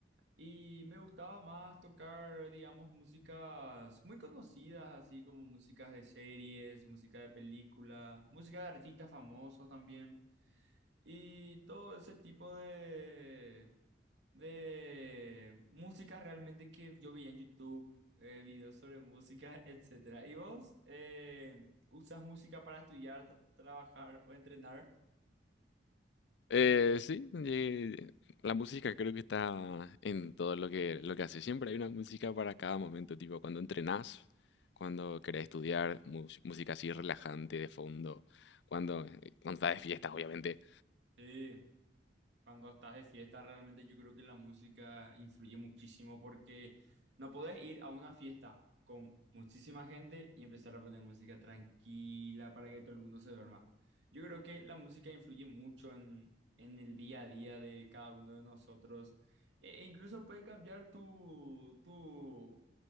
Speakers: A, on the right; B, on the left.
A: y me gustaba más tocar, digamos, músicas muy conocidas, así como músicas de series, música de películas, música de artistas famosos también. Y todo ese tipo de, de música realmente que yo veía en YouTube, eh, videos sobre música, <laughs> etcétera. ¿Y vos eh, usas música para estudiar, tra- trabajar o entrenar?
B: Eh, sí, llegué- la música creo que está en todo lo que, lo que hace. Siempre hay una música para cada momento, tipo cuando entrenás, cuando querés estudiar, mus- música así relajante de fondo, cuando, eh, cuando estás de fiestas, obviamente.
A: Sí. Cuando estás de fiesta, realmente yo creo que la música influye muchísimo porque no podés ir a una fiesta con muchísima gente y empezar a poner música tranquila para que todo el mundo se duerma. Yo creo que la música influye mucho en, en el día a día de cada uno de nosotros. E e incluso puede cambiar tu, tu,